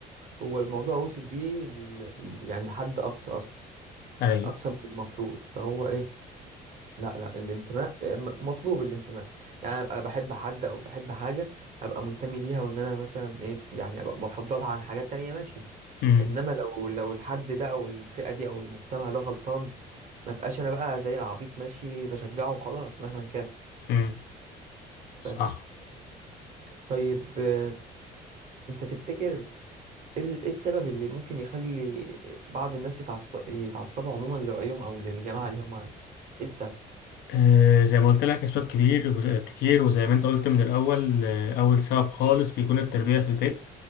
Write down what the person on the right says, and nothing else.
هو الموضوع وصل بيه ل- يعني لحد اقصى اصلا
اقصى من المفروض فهو ايه لا لا الانتماء آه، م- مطلوب الانتماء يعني ابقى بحب حد او بحب حاجه ابقى منتمي ليها وان انا مثلا ايه يعني ابقى بفضلها عن حاجات تانية ماشي
انما لو لو الحد ده او الفئه دي او المجتمع ده غلطان ما بقاش انا بقى زي العبيط ماشي بشجعه وخلاص مهما كان
بس طيب آه، انت تفتكر ايه ال- إيه السبب اللي ممكن يخلي بعض الناس يتعصب يتعصبوا عموما لرأيهم او للجماعه اللي هم ايه السبب